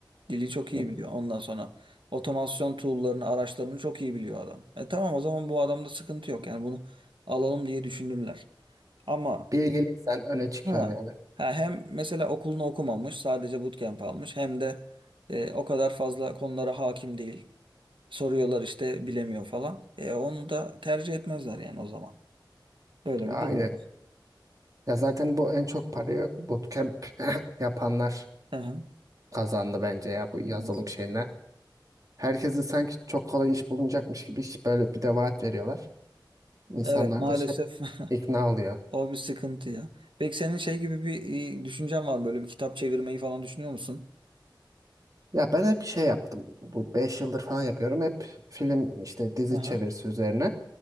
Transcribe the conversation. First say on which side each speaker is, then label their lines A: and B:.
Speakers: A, on the right; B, on the right.
A: Dili çok iyi
B: hı.
A: biliyor. Ondan sonra otomasyon tool'larını, araçlarını çok iyi biliyor adam. E tamam o zaman bu adamda sıkıntı yok. Yani bunu alalım diye düşünürler. Ama
B: Bilgiliysen öne çıkıyorsun
A: ha,
B: yani.
A: ha hem mesela okulunu okumamış, sadece bootcamp almış hem de e, o kadar fazla konulara hakim değil. Soruyorlar işte bilemiyor falan. E onu da tercih etmezler yani o zaman. Öyle
B: Ya
A: bir
B: aynen.
A: durum var.
B: Ya zaten bu en çok parayı bootcamp <laughs> yapanlar
A: Aha,
B: kazandı bence ya bu yazılım
A: evet.
B: şeyine. Herkese sanki çok kolay iş bulunacakmış gibi iş böyle bir de vaat veriyorlar. İnsanlar
A: Evet maalesef
B: da şey ikna oluyor.
A: <laughs> o bir sıkıntı ya. Peki senin şey gibi bir e, düşüncen var mı? Böyle bir kitap çevirmeyi falan düşünüyor musun?
B: Ya ben hep şey yaptım. Bu 5 yıldır falan yapıyorum. Hep film işte dizi
A: Aha,
B: çevirisi üzerine.